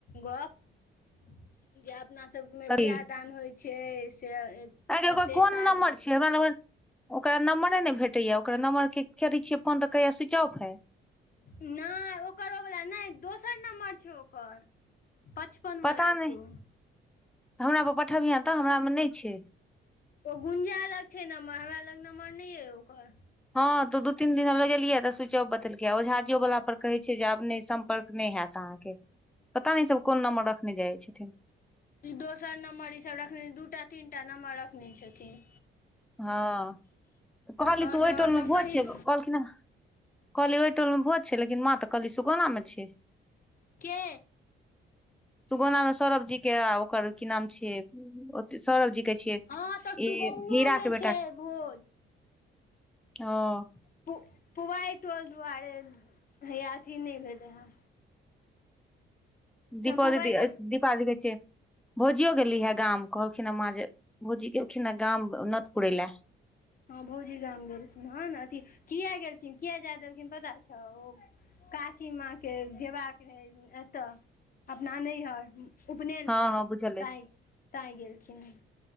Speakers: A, on the left; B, in the centre.
A: गप्प जे अपनासभमे
B: कथी
A: बियाह दान होय छै से
B: आगे ओकर
A: एतेक
B: कोन
A: काज
B: नम्बर हमरा ओकरा नम्बरे नहि भेटैए ओकरा नम्बर के करै छियै फोन तऽ कहैया स्विच ऑफ है
A: नहि ओकर ओवला नहि दोसर नम्बर छै ओकर पचपन वला
B: पता नहि
A: छौ
B: हमरापर पठबिहं तऽ हमरामे नहि छै
A: ओ गुंजा लग छै नम्बर हमरा लग नम्बर नहि य ओकर
B: हँ तऽ दू तीन दिन हम लगेलियै तऽ स्विच ऑफ बतेलकै आ ओ झाजियो वला पर कहै छै जे आब नहि सम्पर्क नहि हेयत अहाँके पता नहि इ सब कोन नम्बर रखने जाय छथिन
A: ई दोसर नम्बर ईसभ रखने दू टा तीन टा नम्बर रखने छथिन
B: हँ कहली
A: आओर
B: तू
A: सब
B: ओहि
A: आओर
B: टोल
A: सब
B: मे भोज
A: कही
B: कहलखिन
A: ने
B: हँ कहली ओहि टोल मे भोज छै लेकिन माँ तऽ कहली सुगौना म छै
A: के
B: सुगौना मे सौरभ जी के ओकर की नाम छियै सौरव जी कहै छियै
A: हँ तऽ सुगौनो
B: ई हीरा
A: मे
B: के
A: छै
B: बेटा
A: भोज
B: हँ
A: पु पुबारि टोल दुआरे हैया अथी नहि भेलै हँ
B: दीपो
A: पुबाइ
B: दिदि
A: टोल
B: दीपा दि कहै छियै भौजियो गेली ह गाम कहलखिन ह माँ जे भौजी गेलखिन ह गाम नत पुरे ले
A: हँ भौजी गाम गेलखिन हँ न अथी किया गेलखिन किया जाय देलखिन पता छौ ओ काकी माँके जेयबाक रहै एतऽ अपना नैहर उपनयनमे
B: हँ हँ बुझल अइ
A: तांय ताँय गेलखिन